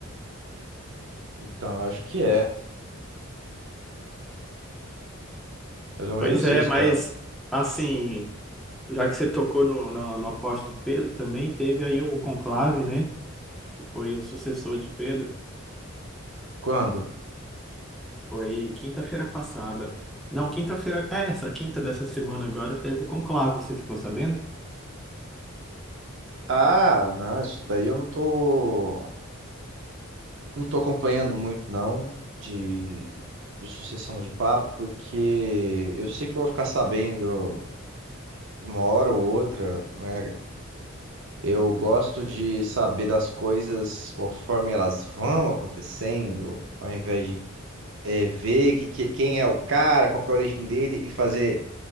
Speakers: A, on the right (about 60°); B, in the centre.
A: Então, eu acho que é. Mais ou menos
B: Pois é,
A: isso,
B: mas
A: cara.
B: assim, já que você tocou no, no, no apóstolo Pedro também, teve aí o conclave, né? Que foi o sucessor de Pedro.
A: Quando?
B: Foi quinta-feira passada. Não, quinta-feira, é, essa quinta dessa semana agora teve o conclave, você ficou sabendo?
A: Ah, não, isso daí eu não tô, não tô acompanhando muito, não, de, de sucessão de papo, porque eu sei que eu vou ficar sabendo uma hora ou outra, né? Eu gosto de saber das coisas conforme elas vão acontecendo, ao invés de eh, ver que, que- quem é o cara, qual que é a origem dele e fazer